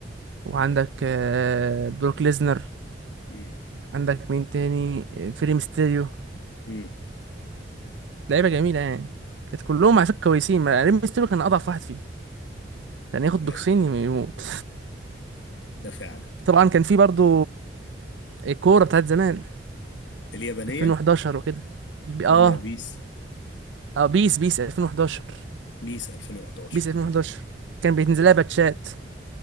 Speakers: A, on the right; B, on the left.
A: وعندك
B: اي
A: آه، بروك ليزنر
B: امم
A: عندك مين تاني آه، فري ميستيريو
B: امم
A: لعيبه جميله يعني كانت كلهم على فكره كويسين ما- ري ميستيريو كان اضعف واحد فيهم كان ياخد
B: اي
A: بوكسين يموت
B: ده فعلا
A: <laughs> طبعا كان في برضو الكوره بتاعت زمان
B: اليابانية
A: 2011 وكده البي-
B: ولا
A: اه
B: بيس
A: اه بيس بيس 2011
B: بيس 2011
A: بيس 2011 كان بينزل لها باتشات